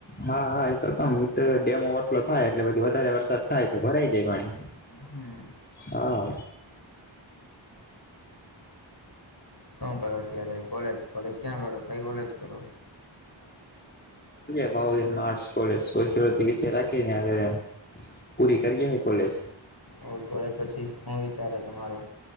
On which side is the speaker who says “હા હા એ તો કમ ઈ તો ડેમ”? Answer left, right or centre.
Left